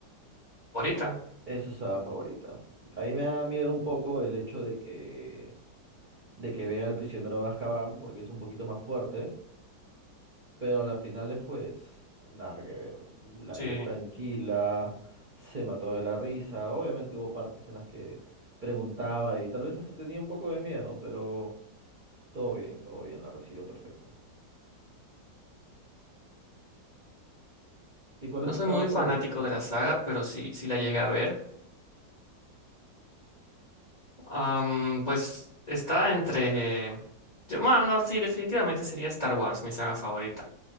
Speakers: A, on the left; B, on the right.
A: favorita.
B: Es su saga favorita. A mí me da miedo un poco el hecho de que, de que vea al prisionero de Azkaban porque es un poquito más fuerte, pero a las finales pues nada que ver. La
A: Sí,
B: vio tranquila, se mató de la risa. Obviamente hubo partes en las que preguntaba y tal vez hasta tenía un poco de miedo, pero... Todo bien, todo bien, la recibió perfecto. ¿Y cuál
A: no
B: es tu
A: soy
B: saga
A: muy
B: favorita?
A: fanático
B: Cuéntame.
A: de la saga, pero sí, sí la llegué a ver. Am, pues está entre. Yo, ma, no, sí, definitivamente sería Star Wars, mi saga favorita.